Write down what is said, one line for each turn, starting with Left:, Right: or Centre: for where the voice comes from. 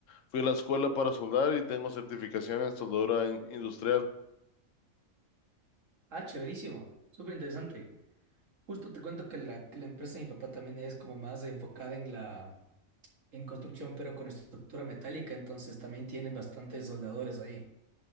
Left: Fui a la escuela para soldar y tengo certificación en soldadura in- industrial.
Right: Ah, chéverísimo. Súper interesante. Justo te cuento que la, que la empresa de mi papá también es como más enfocada en la en construcción, pero con estructura metálica, entonces también tienen bastantes soldadores ahí.